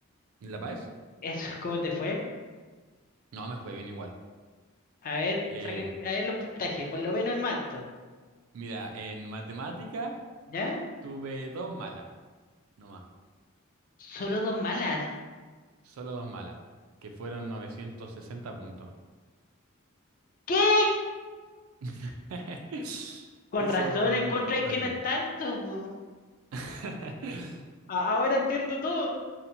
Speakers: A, on the right; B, on the left.
A: ¿En La Paz?
B: <laughs> Eso, ¿cómo te fue?
A: No, me fue bien igual.
B: A ver,
A: Eh,
B: saca, a ver los puntajes. Por lo menos el manto.
A: mira, en matemática
B: ¿Ya?
A: tuve dos malas, nomás.
B: Solo dos malas.
A: Solo dos malas, que fueron 960 puntos.
B: ¿Qué?
A: <laughs>
B: Con
A: Eso
B: razón encontré
A: saqué.
B: que no es tanto. po.
A: <laughs>
B: A- Ahora entiendo todo.